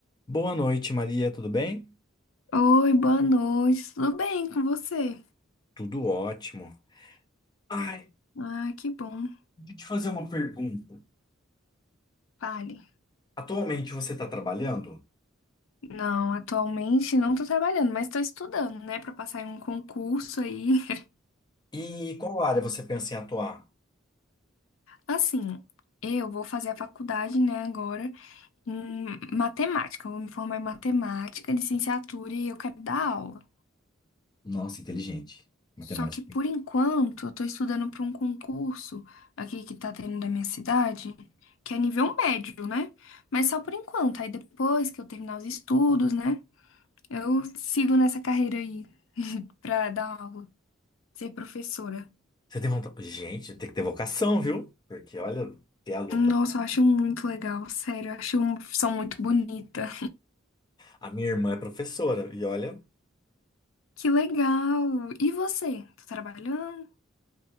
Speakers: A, on the left; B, on the left.
A: Boa noite, Maria, tudo bem?
B: Oi, boa noite. Tudo bem com você?
A: Tudo ótimo. Ai,
B: Ah, que bom.
A: deixa eu te fazer uma pergunta.
B: Fale.
A: Atualmente você está trabalhando?
B: Não, atualmente não tô trabalhando, mas tô estudando, né, Pra passar em um concurso aí. <laughs>
A: E qual área você pensa em atuar?
B: Assim, eu vou fazer a faculdade, né, agora em matemática. Eu vou me formar em matemática, licenciatura e eu quero dar aula.
A: Nossa, inteligente. Matemática.
B: Só que por enquanto eu tô estudando pra um concurso aqui que tá tendo da minha cidade, que é nível médio, né? Mas só por enquanto. Aí depois que eu terminar os estudos, né? Eu sigo nessa carreira aí pra dar aula, ser professora.
A: Você tem vontade? Gente, tem que ter vocação, viu? Porque olha, ter aluna.
B: Nossa, eu acho muito legal, sério, eu acho uma profissão muito bonita.
A: A minha irmã é professora e olha,
B: Que legal! E você? Tá trabalhando?